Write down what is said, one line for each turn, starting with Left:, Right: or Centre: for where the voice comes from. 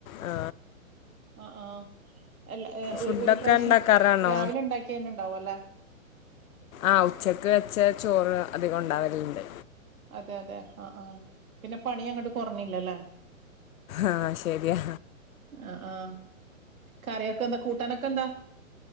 Left: ആ
Right: അ ആ അല്ലഎ ഒ
Left: ഫുഡൊക്കെ
Right: ഒരു പ്രാവശ്യം
Left: ഇണ്ടാക്കാറാണോ
Right: രാവിലെ ഉണ്ടാക്കി തന്നെ ഉണ്ടാവും അല്ലെ
Left: ആ ഉച്ചക്ക് വെച്ച ചോറ് അധികം ഉണ്ടാവലുണ്ട്
Right: അതെ അതെ ആ ആ പിന്നെ പണി അങ്ങോട്ട് കുറഞ്ഞില്ലല്ലേ
Left: ആ ശരിയാ
Right: അ ആ കറിയൊക്കെ എന്താ കൂട്ടാനൊക്കെ എന്താ